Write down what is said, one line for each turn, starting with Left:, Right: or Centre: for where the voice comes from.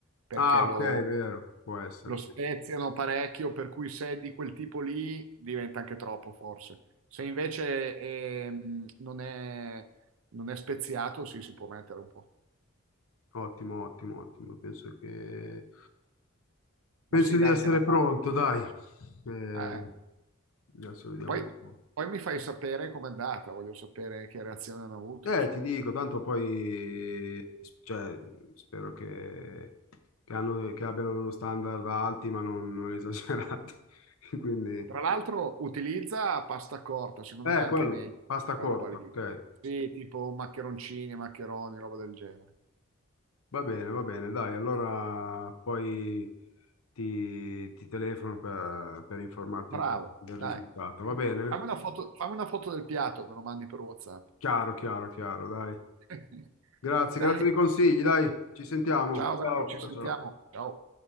Right: perché
Left: Ah, ok,
Right: lo,
Left: è vero, può essere,
Right: lo speziano
Left: sì.
Right: parecchio, per cui se è di quel tipo lì diventa anche troppo forse. Se invece ehm, non è, non è speziato, sì, si può mettere un po'.
Left: Ottimo, ottimo, ottimo. Penso che...
Right: Ma
Left: Penso
Right: sì,
Left: di
Right: dai,
Left: essere
Right: te la
Left: pronto,
Right: cavo.
Left: dai. Eh,
Right: Eh.
Left: adesso vediamo
Right: Poi,
Left: un po'.
Right: poi mi fai sapere com'è andata, voglio sapere che reazione hanno avuto,
Left: Eh,
Right: insomma.
Left: ti dico, tanto poi, cioè, spero che, che hanno- che abbiano standard alti, ma non, non esagerati. <laughs> Quindi,
Right: Tra l'altro utilizza pasta corta, secondo
Left: eh,
Right: me è anche
Left: quello,
Right: meglio
Left: pasta
Right: quella
Left: corta,
Right: roba lì.
Left: ok.
Right: Sì, tipo maccheroncini, maccheroni, roba del genere.
Left: Va bene, va bene, dai, allora poi ti, ti telefono per, per informarti
Right: Bravo,
Left: un po' del
Right: dai.
Left: risultato, va bene?
Right: Fammi una foto, fammi una foto del piatto, me lo mandi per WhatsApp.
Left: Chiaro, chiaro, chiaro, dai.
Right: <laughs>
Left: Grazie, grazie dei
Right: Dai,
Left: consigli, dai, ci sentiamo.
Right: ciao
Left: Ciao,
Right: bello, ci
Left: ciao,
Right: sentiamo.
Left: ciao.
Right: Ciao.